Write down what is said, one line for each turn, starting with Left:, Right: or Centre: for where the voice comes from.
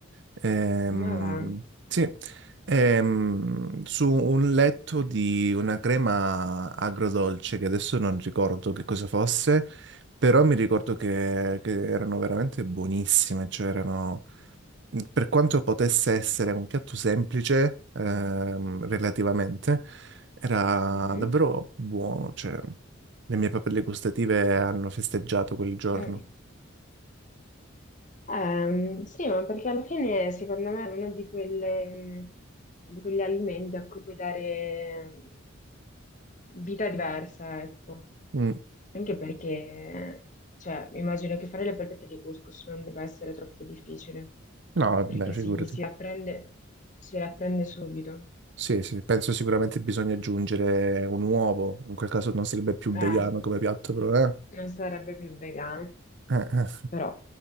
Right: ehm,
Left: Ma va.
Right: sì, ehm, su un letto di una crema agrodolce che adesso non ricordo che cosa fosse, però mi ricordo che, che erano veramente buonissime, cioè erano Mhmm, per quanto potesse essere un piatto semplice, ehm, relativamente, era
Left: Mhm.
Right: davvero buono, cioè le mie papille gustative hanno festeggiato quel giorno.
Left: Mm. Ehm, sì, ma perché alla fine secondo me è uno di quelle- di quegli alimenti a cui puoi dare vita diversa, ecco.
Right: Mm,
Left: Anche perché, cioè, immagino che fare le polpette di couscous non debba essere troppo difficile,
Right: No, vabbè,
Left: perché
Right: figurati.
Left: si, si apprende, si apprende subito.
Right: Sì, sì, penso sicuramente bisogna aggiungere un uovo, in quel caso non sarebbe più
Left: Eh,
Right: vegano come piatto, però eh.
Left: non sarebbe più vegano,
Right: Eh, eh.
Left: però